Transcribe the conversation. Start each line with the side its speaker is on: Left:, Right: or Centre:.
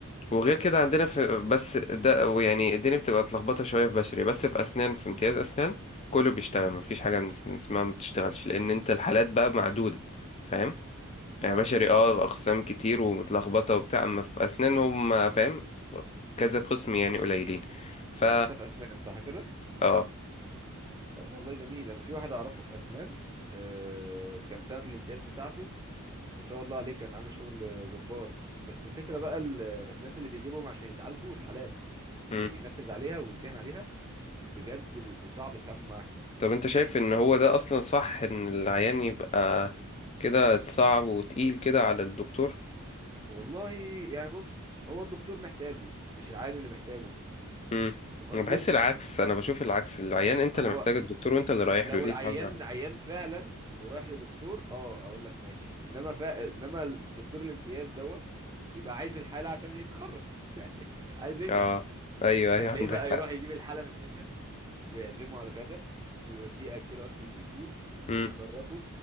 Left: وغير كده عندنا
Right: طب
Left: في
Right: والله حلو
Left: بس ده يعني الدنيا بتبقى اتلخبطه شويه في بشري بس في اسنان في امتياز اسنان كله بيشتغل مفيش حاجه نس- اسمها ما بتشتغلش لان انت الحالات بقى معدوده فاهم يعني
Right: اه
Left: بشري
Right: اكيد
Left: اه
Right: طبعا
Left: اقسام كتير ومتلخبطه وبتاع اما في اسنان هم فاهم كذا قسم يعني قليلين ف
Right: يعني انت في اسنان صح كده
Left: اه
Right: طب والله جميل انا في واحد اعرفه في اسنان آه كان سنة الامتياز بتاعته ما شاء الله عليه كان عامل شغل جبار بس الفكرة بقى ال- الناس اللي بيجيبهم عشان يتعالجوا الحالات
Left: مم.
Right: اللي بينفذ عليها ويمتحن عليها بجد بيبقوا صعب التعامل معاهم
Left: طب انت شايف ان هو ده اصلا صح ان العيان يبقى كده صعب وتقيل كده على الدكتور
Right: والله يعني بص هو الدكتور محتاجه مش العيان اللي محتاجه
Left: امم
Right: فاهم قصدي
Left: انا بحس العكس انا بشوف العكس العيان انت
Right: هو
Left: اللي محتاج الدكتور وانت اللي رايح
Right: لو
Left: له ليه
Right: العيان
Left: تعمل معاه
Right: عيان فعلا ورايح لدكتور اه اقول لك ماشي انما فا... انما الدكتور الامتياز دوت بيبقى عايز الحالة عشان يتخرج <laughs> يعني عايز ينجح
Left: اه ايوه ايوه
Right: فتلاقيه
Left: <laughs> عندك
Right: بقى
Left: حق
Right: يروح يجيب الحالة من بيتها ويعزمه على الغدا ويوديه ياكله اكلة سي فود
Left: امم
Right: ويخرجه